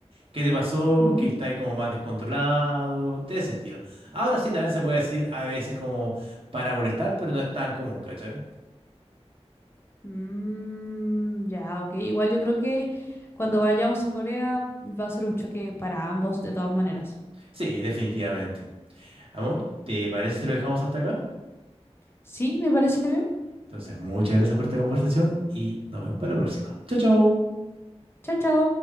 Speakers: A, on the right; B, on the left.
A: ¿Qué te pasó?
B: ujú.
A: Que está ahí como más descontrolado, de ese estilo. Ahora sí también se puede decir a veces como para molestar, pero no es tan común, ¿cachai?
B: Mm, ya, ok. Igual yo creo que cuando vayamos a Corea va a ser un choque para ambos de todas maneras.
A: Sí, definitivamente. Amor, ¿te parece si lo dejamos hasta acá?
B: Sí, me parece bien.
A: Entonces, muchas gracias por esta conversación y nos vemos para la próxima. Chao, chao.
B: Chao, chao.